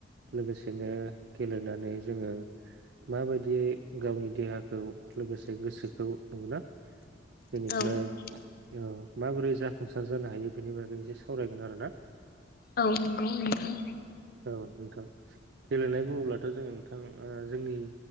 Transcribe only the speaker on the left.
औ
औ नंगौ नोंथां